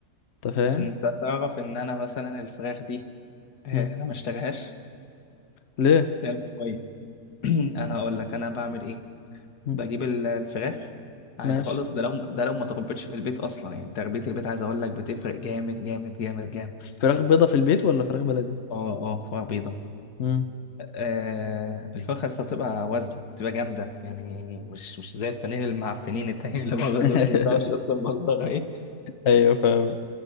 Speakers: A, on the left; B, on the left.
A: انت فاهم
B: انت تعرف ان انا مثلا الفراخ دي آه،
A: مم.
B: انا ما اشتريهاش
A: ليه
B: لا المشوية <clears throat> انا هقول لك انا بعمل ايه
A: مم.
B: بجيب ال- الفراخ عادي
A: ماشي
B: خالص ده لو ده لو ما تربيتش في البيت اصلا يعني تربية البيت عايز اقول لك بتفرق جامد جامد جامد جامد
A: فراخ بيضه في البيت ولا فراخ بلدي
B: اه اه فراخ بيضة
A: مم.
B: آه الفراخ اصلا بتبقى وزن بتبقى جامدة يعني مش مش زي التانيين المعفنين التانيين اللي بره
A: <laughs>
B: دول ما بتعرفش اصلا مصدرها ايه
A: ايوه فاهم